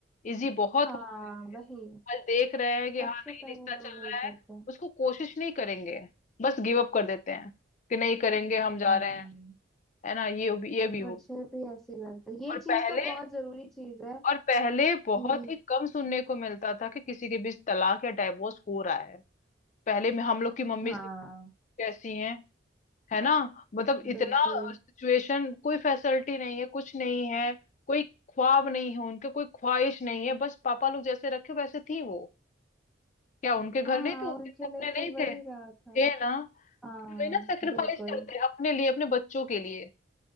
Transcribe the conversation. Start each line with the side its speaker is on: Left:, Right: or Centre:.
Left: इजी बहुत
Centre: हाँ
Left: हो गया
Centre: वही
Left: है आज देख रहे हैं कि
Centre: सबसे
Left: हाँ नहीं
Centre: पहले
Left: रिश्ता
Centre: लोग
Left: चल
Centre: वही
Left: रहा है
Centre: करते हैं
Left: उसको कोशिश नहीं करेंगे बस गिव अप कर देते हैं कि नहीं करेंगे हम जा
Centre: हम्म
Left: रहे हैं है ना ये भी ये भी हो
Centre: मुझे भी ऐसे ही लगता है ये
Left: और
Centre: चीज
Left: पहले
Centre: तो बहुत जरूरी चीज है
Left: और पहले
Centre: कि
Left: बहुत ही कम सुनने को मिलता था कि किसी के बीच तलाक या डाइवोर्स हो रहा है पहले में हम लोग की मम्मी
Centre: हाँ
Left: से कैसी हैं है ना मतलब इतना
Centre: बिल्कुल
Left: सिचुएशन कोई फैसिलिटी नहीं है कुछ नहीं है कोई ख्वाब नहीं है उनके कोई ख्वाहिश नहीं है बस पापा लोग जैसे रखे वैसे थी वो क्या उनके घर
Centre: हाँ
Left: नहीं थे उनके
Centre: उनके
Left: सपने
Centre: लिए
Left: नहीं
Centre: तो वही
Left: थे
Centre: रहा था
Left: थे ना लेकिन
Centre: हाँ
Left: वे ना सेक्रीफाइस
Centre: बिल्कुल
Left: करते हैं अपने लिए अपने बच्चों के लिए